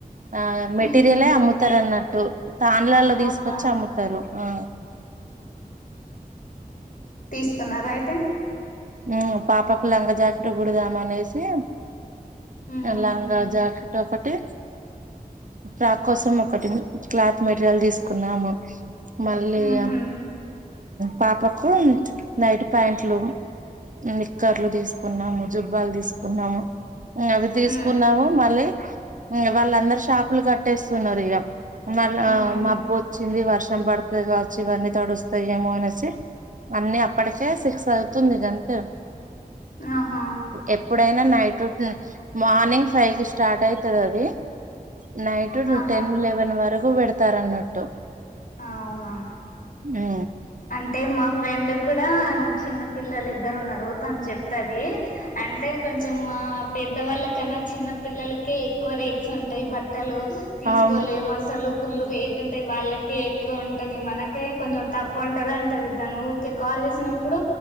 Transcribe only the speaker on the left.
ఉహు
అవునా
తీసుకున్నార అయితే
ఉహు
ఉహు
ఉ
ఉహు
ఆహా
ఆహా
అవునా
అంటే మా ఫ్రెండ్కూడ చిన్న పిల్లలు ఇద్దరు ఉన్నారు తను చెప్తది. అంటే కొంచెం మా పెద్దవాళ్ళకన్నా చిన్న పిల్లలకే ఎక్కువ రేట్స్ ఉంటాయి. బట్టలు తీసుకోలేము
అసలు పుల్లు రేట్ ఉంటాయి వాళ్ళకే ఎక్కువ ఉంటుంది మనకే కొంచెం తక్కు వ ఉంటది అంటది తను ఊకే కాల్ చేసినప్పుడు